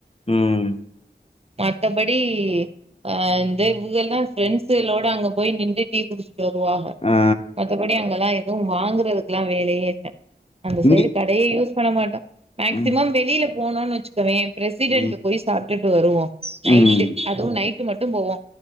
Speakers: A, on the left; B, on the right.
A: ம்
B: மத்தபடி அ இந்த இங்கெல்லா ஃப்ரெண்ட்ஸுகளோட அங்க போய் நின்னு டீ குடிச் ட்டு வருவாக
A: ஆ
B: மத்தபடி அங்கெல்லா எதுவு வாங்குறதுக்குல்லா வேலையே இல்ல அந்த
A: இங்கி
B: சைடு கடையே யூஸ் பண்ண மாட்டோ மேக்சிமம்
A: ம்
B: வெளில போனோனு வச்சுக் கோவே பிரசிடென்ட்
A: ம்
B: போய் சாப்ட்டுட்டு வருவோ நைட்டு
A: ம்
B: அதுவு நைட்டு மட்டு போவோ